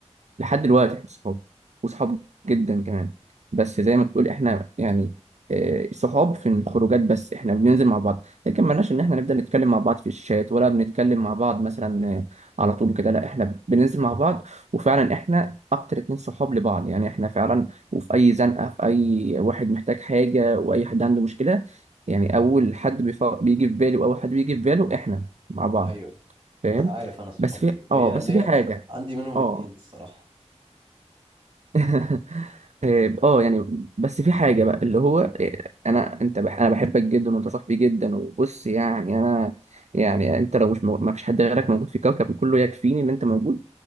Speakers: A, on the right; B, on the right.
A: لحد دلوقتي احنا صحاب وصحاب جدا كمان بس زي ما تقول احنا يعني آه، صحاب في الخروجات بس احنا بننزل مع بعض لكن مالناش ان احنا نبدأ نتكلم مع بعض في الشات ولا بنتكلم مع بعض مثلا آه، على طول كده لا احنا بننزل مع بعض وفعلا احنا اكتر اتنين صحاب لبعض يعني احنا فعلا وفي اي زنقة في اي واحد محتاج حاجة واي حد عنده مشكلة يعني اول حد بيف- بيجي في بالي واول حد بيجي في باله احنا مع بعض
B: ايوه
A: فاهم
B: انا عارف انا الصحاب
A: بس في
B: دي ليا
A: اه بس
B: ليا
A: في حاجة
B: عندي منهم
A: اه
B: اتنين الصراحه
A: <laughs> إيه، اه يعني بس في حاجة بقى اللي هو إيه، انا انت بح انا بحبك جدا وانت صاحبي جدا وبص يعني انا يعني انت لو مش مو... ما فيش حد غيرك موجود في الكوكب كله يكفيني ان انت موجود